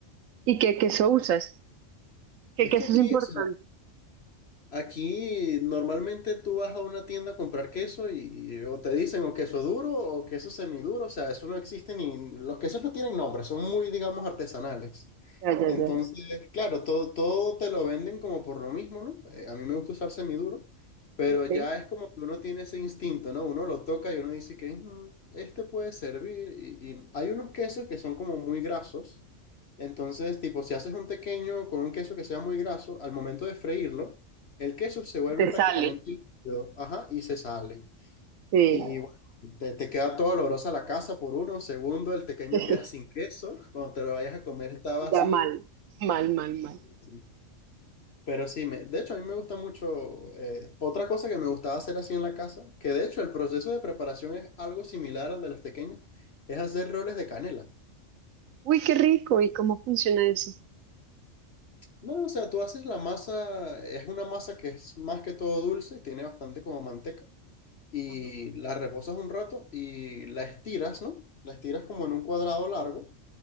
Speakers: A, on the right; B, on the left.
A: ¿Y qué queso usas? ¿Qué
B: Es
A: queso
B: que aquí,
A: es importante?
B: o sea, Aquí normalmente tú vas a una tienda a comprar queso y, y o te dicen o queso duro o queso semiduro, o sea, eso no existe ni, los quesos no tienen nombre, son muy, digamos, artesanales.
A: Ya, ya,
B: Entonces,
A: ya.
B: claro, todo, todo te lo venden como por lo mismo, ¿no? Eh, a mí me gusta usar semiduro, pero
A: Ok.
B: ya es como que uno tiene ese instinto, ¿no? Uno lo toca y uno dice que "Mm, este puede servir. Y, y hay unos quesos que son como muy grasos, entonces, tipo, si haces un pequeño con un queso que sea muy graso, al momento de freírlo, el queso se vuelve
A: Te
B: prácticamente
A: sale.
B: líquido, ajá, y se sale.
A: Sí.
B: Y bueno, te, te queda todo olorosa la casa por uno. Segundo, el pequeño
A: <laughs>
B: queda sin queso. Cuando te lo vayas a comer está vacío.
A: Ya mal, mal, mal, mal.
B: Sí. Pero sí, me, de hecho a mí me gusta mucho. eh, otra cosa que me gustaba hacer así en la casa, que de hecho el proceso de preparación es algo similar al de los tequeños, es hacer roles de canela.
A: Uy, qué rico. ¿Y cómo funciona eso?
B: No, o sea, tú haces la masa, es una masa que es más que todo dulce, tiene bastante como manteca. y
A: Ajá.
B: la reposas un rato y la estiras, ¿no? La estiras como en un cuadrado largo